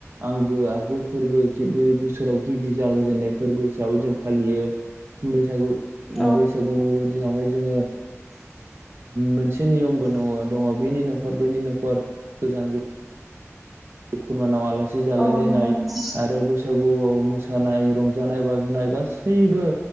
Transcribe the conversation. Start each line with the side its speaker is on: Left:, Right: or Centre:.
Right: आंगो आगु फोरबो बै बोसोराव गिबि जागायजेननाय फोरबो हिसाबै जों फालियो। बैसागु
Centre: औ
Right: बैसागु दिनावहाय जोङो मोनसे नियमबो नङ'-दङ' बेनि न'खर बैनि न'खर गोजान खुरमानाव आलासि जालाय
Centre: औ
Right: लायनाय
Centre: नंगौ नोंथां
Right: आरो बै सागुआव मोसानाय रंजानाय बाजानाय गासैबो